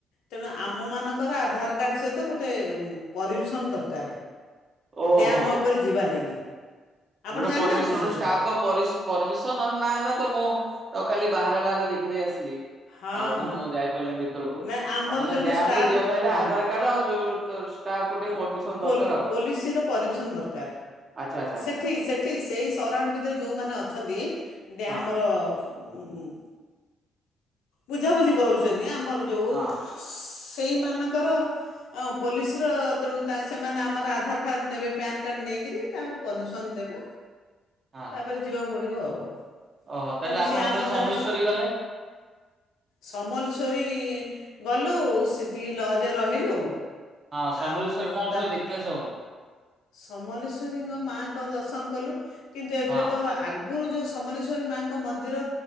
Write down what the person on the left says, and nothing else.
ତେଣୁ ଆମ। ଆମମାନଙ୍କର ଆଧାର କାର୍ଡ଼ ସହିତ ଗୋଟେ ପରିମିସନ୍ ଦରକାର
ଡ୍ୟାମ୍
ଅପ୍। ଉପରେ ଯିବା ଲାଗି। ଆପଣ
ଜାଣିନାହାନ୍ତି
ସେସବୁ
ହଁ
ହଁ
ନାଇଁ ଆମର
ଜଣେ
ଷ୍ଟାଫ୍
ହୁଁ
ଆଉ
ପୋଲି-
ପୋଲିସର ପରମିସନ୍ ଦରକାର
ସେଠି
ସେଠି ସେଇ ସରାଉଣ୍ଡ ଭିତରେ ଯେଉଁମାନେ ଅଛନ୍ତି ଡ୍ୟାମ୍
ର। ଉଁ ଉଁ ବୁଝାବୁଝି କରୁଛନ୍ତି ଆମର ଯୋଉ।
ସେଇମାନଙ୍କର ଅ ପୋଲିସି। କ୍ଷ୍ୟୁଦ୍ର ତେଣୁ ତା ସେମାନେ ଆମର ଆଧାର କାର୍ଡ଼ ନେବେ ପ୍ୟାନ୍ କାର୍ଡ଼ ନେଇକରି ତାପରେ ପରିମିସନ ଦେବେ।
ତାପରେ ଯିବାକୁ ପଡିବ ଆଉ।
ତେଣୁ
ସିଏ ଆମର
ଜଣେ
ସମଲେଶ୍ୱରୀ ଗଲୁ ସେଠି ଲଜ ରେ ରହିଲୁ।
ଆଉ
ତା
ସମଲେଶ୍ୱରୀଙ୍କ ମାଆଙ୍କ ଦର୍ଶନ କଲୁ କିନ୍ତୁ ଏବେ
ତ ଆଗ। ଆଗୁରୁ ଯୋଉ ସମଲେଶ୍ୱରୀ ମାଙ୍କ ମନ୍ଦିର